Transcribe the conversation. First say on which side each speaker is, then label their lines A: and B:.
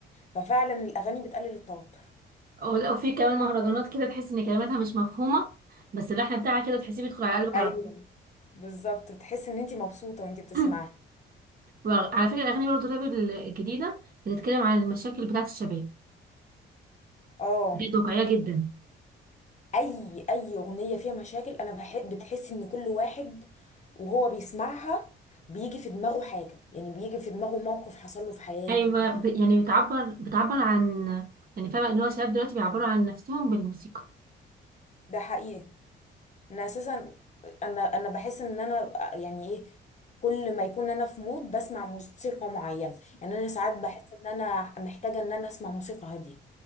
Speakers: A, on the left; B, on the right.
A: ففعلا الاغاني بتقلل التوتر
B: او لو في كمان مهرجانات كده تحس ان كلماتها مش مفهومه بس اللحن بتاعها كده تحسيه بيدخل على قلبك
A: ايوه
B: على طول
A: بالظبط بتحس ان انت مبسوطه وانت بتسمعي
B: <clears throat> وعلى فكره الاغاني برضو الراب ال- الجديده بتتكلم عن المشاكل بتاعه الشباب
A: اه
B: بجد واقعيه جدا
A: اي اي اغنيه فيها مشاكل انا بحب بتحس ان كل واحد وهو بيسمعها بيجي في دماغه حاجه يعني بيجي في دماغه موقف حصل له في حياته
B: ايوه ب... يعني بتعبر بتعبر عن يعني فاهمه اللي هو شباب دلوقتي بيعبروا عن نفسهم بالموسيقى
A: ده حقيقي انا اساسا انا انا بحس ان انا يعني ايه كل ما يكون انا في مود بسمع موسيقى معينه يعني انا ساعات بحس ان انا محتاجه ان انا اسمع موسيقى هاديه